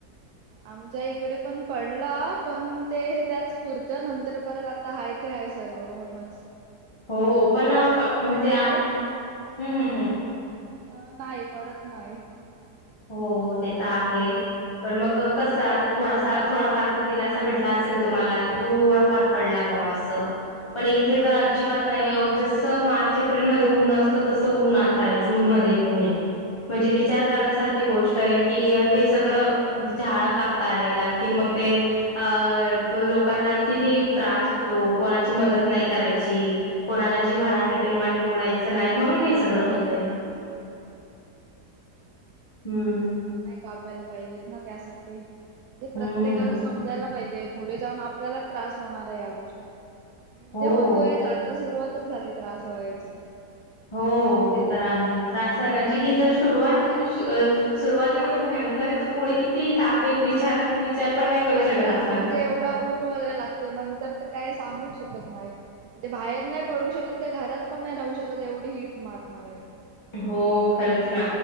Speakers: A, on the right; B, on the left.
A: आमच्या इकडे पण पडला पण ते त्याच पुरतं नंतर परत आ ता आहेय ते आहेय सर्वन नच
B: हो पण म्हणजे
A: येतो
B: आहे हम् हम्म हम्म.
A: पण नाही पडत नाही.
B: हो ते तर आहे. पण मग कसं आता थोडासा थोडाफार तर दिलासा भेटला असेल तुम्हाला की थोडाफार ड ब पण इथे
A: हा
B: तर अजिबात नाही. मार्च एप्रिल म ऊन असत तस ऊन आता जून म ऊन आहे म्हणजे विचार करण्या सारखी गोष्ट आहे की हे सगळं म्हणजे झाडं कापता आहेत आणखीन मग ते अं लोकांना किती त्रास होतो कोणाची मदत नाही करायची. कोणाला जीव्हाडने प्रेमाने बोलायचं नाही म्हणून हे सगळं होतय.
A: म ना तेच.
B: हम्म.
A: झाड नाही कापायला पाहिजेत ना त्यासाठी म्हणजे प्रत्येकाला
B: हम्म
A: समजायला पाहिजे. पुढे जाऊन आपल्याला त्रास होणार आहे या गोष्टीचा आणि म्हणजे
B: हो.
A: होतोय आता सुरुवात झाली त्रास व्हायची.
B: हो ते तर आहे त्रासण्याची ही तर सुरुवात आहे तुम्ही सुरुवात एवढी भयंकर आहे. पुढे किती तापेल विचार विचार पण नाही करू
A: आत्ताच
B: शकत आपण
A: म्हणजे एवढा ऊन वगैरे लागतोय नंतर तर काय सांगूच शकत नाही. म्हणजे बाहेर नाही पडू शकत का घरात पण नाही राहू शकत एवढी हिट मारणार आहे.
B: हो खरंच ना.